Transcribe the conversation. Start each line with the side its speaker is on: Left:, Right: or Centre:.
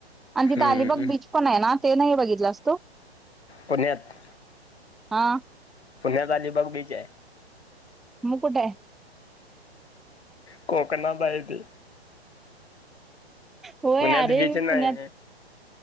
Centre: आणि
Left: हम्म
Centre: तिथे अलिबाग बीच पण आहे ना ते नाही बघितलं असतो
Left: पुण्यात
Centre: हां
Left: पुण्यात अलिबाग बीच आहे
Centre: म कुठे
Left: कोकणात हाय ते
Centre: होय
Left: पुण्यात
Centre: अरे
Left: बीच
Centre: मी
Left: नाही
Centre: पुण्यात